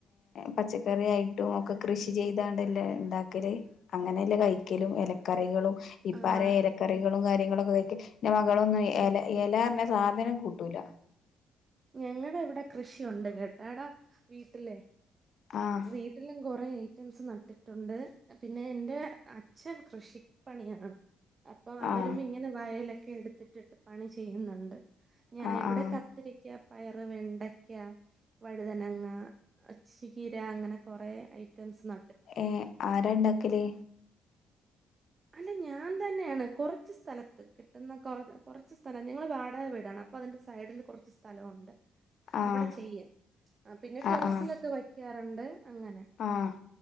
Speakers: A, on the left; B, on the right.
A: പച്ചക്കറിയായിട്ടും ഒക്കെ കൃഷി കൃഷി ചെയ്താണ്ടല്ലേ ഉണ്ടാക്കൽ അങ്ങനെയല്ലേ കഴിക്കലും ഇലക്കറികളും ഇപ്പം
B: ആഹ്
A: ആരെയും ഇലക്കറികളും കാര്യങ്ങളും കാര്യങ്ങളൊക്കെ ഇന്റെ മകളൊന്നും എല എല പറഞ്ഞ് സാധനം കൂട്ടൂല
B: ഞങ്ങുടെ ഇവിടെ കൃഷിയുണ്ട് കേട്ടാടാ വീട്ടിലേ
A: ആഹ്
B: വീട്ടിലും കൊറയായി റ്റംസ് നട്ടിട്ടുണ്ട് പിന്നെ എറെ അച്ഛൻ കൃഷിപ്പണിയാണ് അപ്പൊ അവരും
A: ആഹ്
B: ഇങ്ങനെ വയലൊക്കെ എടുത്തിട്ടിട്ട് പണി ചെയ്യുന്നുണ്ട് ഞാൻ
A: ആഹ്
B: ഇവിടെ
A: ആഹ്
B: കത്തി പയറ് വെണ്ടയ്ക്ക വഴുതനങ്ങ ചീര അങ്ങനെ കുറ ഐറ്റ സ് ന
A: ഏ ആരാ ഉണ്ടാക്കല്
B: അല്ല ഞാൻ തന്നെയാണ് കുറച്ച് സ്ഥലത്ത് കിട്ടുന്ന കൊ കൊറച്ച് സ്ഥലം നിഞങ്ങള് വാടകെ വീടാണ് അപ്പൊ അതിന്റെ സൈഡിൽ കുറച്ച് സ്ഥലം ഒണ്ട്
A: ആഹ്
B: അവിടെ ചെയ്യും പിന്നെ ടെറസിലൊക്കെ
A: ആഹ് ആഹ്
B: വയ്ക്കാറുണ്ട് അങ്ങനെ
A: ആഹ്